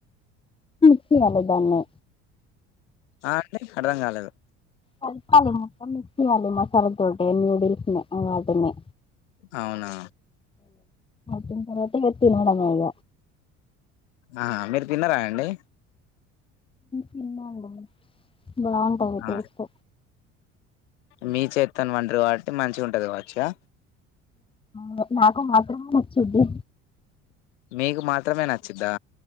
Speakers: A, on the left (about 15°); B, on the left (about 90°).
A: ఖ అాల ఇదన్నే
B: ఆ అంటే అర్థం కాలేదు
A: స్ల్ప అాల మొత్తం మిక్సియాల మసాలా దొడ్డే నరు బిఫ వాడునే
B: అవునా
A: తి పట ఎత్తి మేడమా ఇగ
B: ఆ మీరు తిన్నారా అండి
A: తన్న ఉంట బాగుంటాంది
B: ఆ
A: టేస్ట్
B: మీ చేత్తోను వండరు కాబట్టి మంచిగ ఉంటది కావచ్చా
A: అవు నాకు మాత్రమే వచ్చది
B: మీకు మాత్రమే నచ్చిద్దా